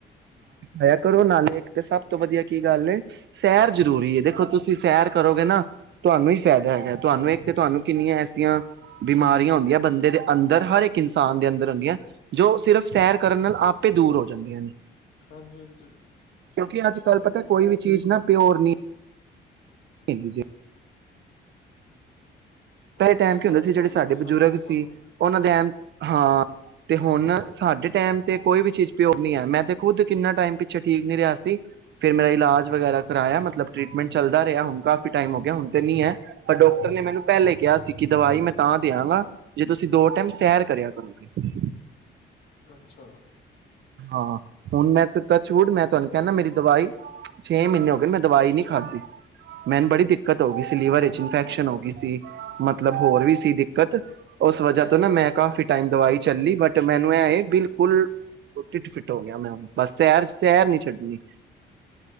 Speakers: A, on the right; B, on the left.
A: ਆਇਆ ਕਰੋ ਨਾਲੇ ਤੇ ਸਭ ਤੋਂ ਵਧੀਆ ਕੀ ਗੱਲ ਨੇ ਸੈਰ ਜ਼ਰੂਰੀ ਦੇਖੋ ਤੁਸੀਂ ਸੈਰ ਕਰੋਗੇ ਨਾ ਤੁਹਾਨੂੰ ਹੀ ਫਾਇਦਾ ਹੈਗਾ ਤੁਹਾਨੂੰ ਇੱਕ ਤੇ ਤੁਹਾਨੂੰ ਕਿੰਨੀਆਂ ਐਸੀਆਂ ਬਿਮਾਰੀਆਂ ਹੁੰਦੀਆਂ ਬੰਦੇ ਦੇ ਅੰਦਰ ਹਰ ਇੱਕ ਇਨਸਾਨ ਦੇ ਅੰਦਰ ਹੁੰਦੀਆਂ ਜੋ ਸਿਰਫ਼ ਸੈਰ ਕਰਨ ਨਾਲ ਆਪੇ ਦੂਰ ਹੋ ਜਾ ਜਾਂਦੀਆਂ ਨੇ
B: ਹਾਂਜੀ ਹਾਂਜੀ
A: ਕਿਉਂਕਿ ਅੱਜ
B: ਉਹੀ
A: ਕੱਲ ਪਤਾ
B: ਉਹ
A: ਕੋਈ ਵੀ ਚੀਜ਼ ਨਾ ਪਿਓਰ ਨਹੀਂ ਠ ਜੇ
B: ਉਹ-
A: ਪਹਿਲੇ ਟਾਈਮ ਕੀ
B: ਬਸ
A: ਹੁੰਦੇ ਸੀ
B: ਭਾਜੀ
A: ਜਿਹੜੇ ਸਾਡੇ
B: ਕੋਈ ਸੰਗ
A: ਬਜ਼ੁਰਗ
B: ਨਹੀਂ
A: ਸੀ
B: ਬਣਦਾ
A: ਉਹਨਾਂ ਦੇ ਐਮ ਹਾਂ ਤੇ ਹੁਣ ਸਾਡੇ ਟਾਈਮ ਤੇ ਕੋਈ ਵੀ ਚੀਜ਼ ਪਿਰ ਨ ਹੈ ਮੈਂ ਤੇ ਖੁੱਦ ਕਿੰਨਾ ਟਾਈਮ ਪਿੱਛੇ ਠੀਕ ਨੀ ਰਿਹਾ ਸੀ ਫੇਿਰ ਮੇਰਾ ਇਲਾਜ ਵਗੈਰਾ ਕਰਾਇਆ ਮਤਲਬ ਟ੍ਰਰੀਟਮੈਂਟ ਚੱਲਦਾ ਰਿਹਾ ਹੁਣ ਕਾਫੀ ਟਮ ਹੋ ਗਿਆ ਹੁਣ ਤੇ ਨੀ ਹੈ ਪਰ ਡਾਕਟਰ ਨੇ ਮੈਨੂੰ ਪਹਿਲੇ ਕਿਹਾ ਸੀ ਕਿ ਦਵਾਈ ਮੈਂ ਤਾਂ ਦਿਆਂਗਾ ਜੇ ਤੁਸੀਂ ਦੋ ਟਾਈਮ ਸੈਰ ਕਰਿਆ ਕਰੋਗੇ
B: ਅੱਛਾ
A: ਹਾਂ ਹੁਣ ਮੈਂ ਤਾਂ ਛੂਟ ਮੈਂ ਤੁਹਾਨੂੰ ਕਹ ਮੇਰੀ ਦਵਾਈ ਛੇ ਮਹੀਨੇ ਹੋ ਗਏ ਮੈਂ ਦਵਾਈ ਨੀ ਖਾਧੀ ਮੈਨੂੰ ਬੜੀ ਦਿੱਕਤ ਹੋ ਗਈ ਸੀ ਲੀਵਰ ਵਿਚ ਇਨਫੈਕਸ਼ਨ ਹੋ ਗਈ ਸੀ ਮਤਲਬ ਹੋਰ ਵੀ ਸੀ ਦਿੱਕਤ ਉਸ ਵਜਾ ਤੋਂ ਨਾ ਮੈਂ ਕਾਫ਼ੀ ਟਾਈਮ ਦਵਾਈ ਚੱਲੀ ਬਟ ਮੈਨੂੰ ਐ ਇਹ ਬਿਲਕੁਲ ਫਿੱਟ ਫਿੱਟ ਹੋ ਗਿਆ ਮੈਂ ਬਸ ਸੈਰ ਸੈਰ ਨ ਛੱਡੀ